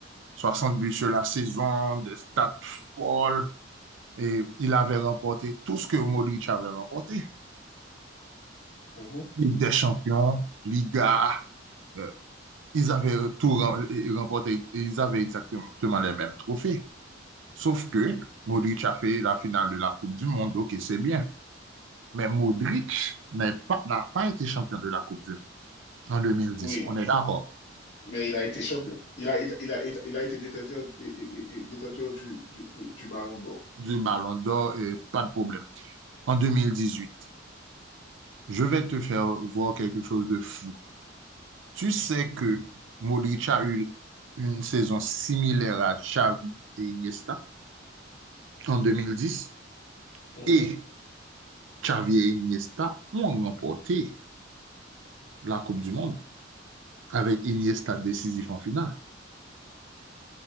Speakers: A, on the right; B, on the left.
A: 60 buts sur la saison, des stats folles, et il avait remporté tout ce que Modric avait remporté.
B: mhm.
A: Ligue des Champions, Liga, euh, ils avaient tout rem- remporté, ils avaient exactement les mêmes trophées. Sauf que Modric a fait la finale de la Coupe du Monde, ok, c'est bien. Mais Modric n'est pas- n'a pas, été champion de la Coupe du Monde en 2010.
B: Oui,
A: On est d'accord.
B: mais il a été champion. Il a, il, il a, il a été détenteur, du- et- et- et- détenteur du, du, du, du ballon d'or.
A: Du Ballon d'Or, euh, pas de problème. En 2018, je vais te faire voir quelque chose de fou. Tu sais que Modric a eu une saison similaire à Xavi et Iniesta en 2010.
B: Mhm.
A: Et Xavi et Iniesta ont remporté la Coupe du Monde avec Iniesta décisif en finale.